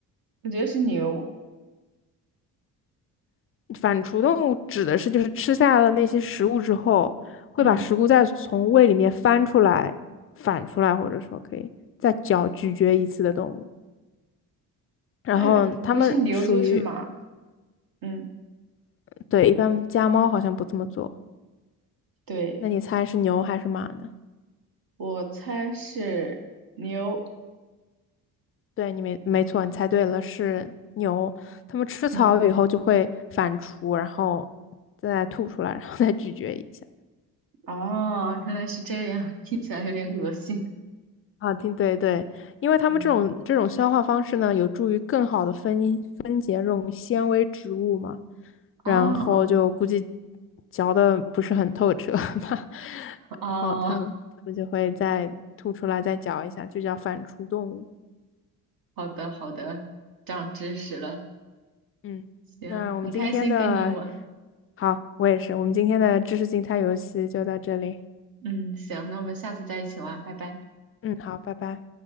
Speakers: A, on the right; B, on the left.
A: 我觉得是牛。
B: 反刍动物指的是就是吃下了那些食物之后，会把食物再从胃里面翻出来、
A: 嗯，
B: 反出来，或者说可以再嚼咀嚼一次的动物。然后它们属于，
A: 哎，不不是牛就是马。嗯，
B: 对，一般家猫好像不这么做。
A: 对，
B: 那你猜是牛还是马呢？
A: 我猜是牛。
B: 对，你没没错，你猜对了，是牛。它们吃草以后就会反刍，
A: 嗯，
B: 然后再吐出来，然后再咀嚼一下。
A: 哦，原来是这样，听起来有点恶心。
B: 啊，对对对，因为它们这种这种消化方式呢，
A: 嗯，
B: 有助于更好的分分解这种纤维植物嘛，然后就估计
A: 啊
B: 嚼的不是很透彻吧，<laughs>
A: 啊。
B: 然后它们它们就会再吐出来，
A: 哦
B: 再嚼一下，就叫反刍动物。
A: 好的，好的，长知识了。
B: 嗯，
A: 行，
B: 那我们今天的。
A: 很开心跟你我，
B: 好，我也是。我们今天的知识竞猜游戏就到这里。
A: 嗯，行，那我们下次再一起玩，拜拜。
B: 嗯，好，拜拜。